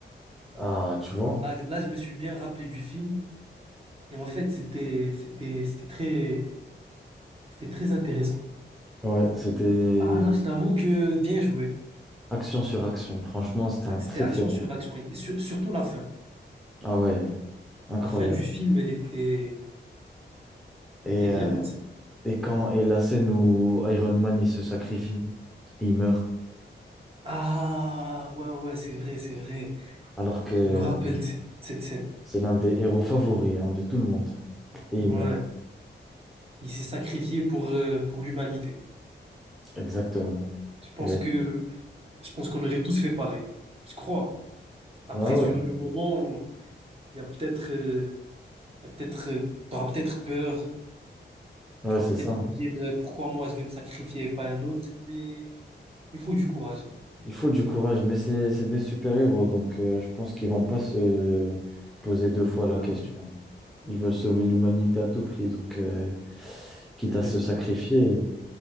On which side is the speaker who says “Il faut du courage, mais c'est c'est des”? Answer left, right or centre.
Centre